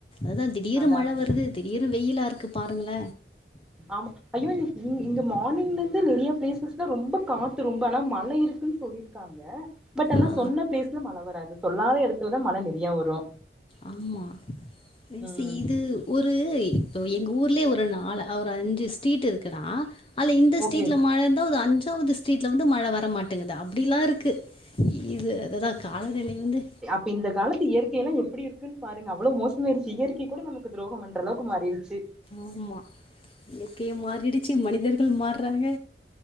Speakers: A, on the left (about 30°); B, in the centre.
A: அதா திடீர்னு
B: அதா
A: மழ
B: அதா
A: வருது திடீர்னு வெயிலா இருக்கு பாருங்கள
B: ஆமா ஐயோ நீ இங் இங்க மார்னிங்ல இருந்து நெறைய பிளேசஸ்லா ரொம்ப காத்து ரொம்ப ஆனா மழை இருக்குன் சொல்லிருக்காங்க பட் ஆனா
A: ஆ
B: சொன்ன பிளேஸ்ல மழ வராது சொல்லாத எடத்துலதா மழ நெறையா வரு
A: ஆமா ப்ளேஸ்
B: ம்
A: இது ஒரு இப்போ எங்க ஊர்லயே ஒரு நாள் அ ஒரு அஞ்சு ஸ்ட்ரீட் இருக்குன்னா அல்ல இந்த ஸ்ட்ரீட்ல
B: ஓகே
A: மழ இருந்தா ஒரு அஞ்சாவது ஸ்ட்ரீட்ல வந்து மழ வரமாட்டங்குது அப்டிலா இருக்கு இது அததா காலநிலை வந்து
B: ப்ப இந்த காலத்து இயற்கையெல்லா எப்டி இருக்குன்னு பாருங்க அவ்ளோ மோச மாயிருச்சு இயற்கை கூட நமக்கு துரோகம் பண்ற அளவுக்கு மாறிருச்சு
A: ஆமா இயற்கையு மாறிடுச்சு மனிதர்கள் மாறாங்க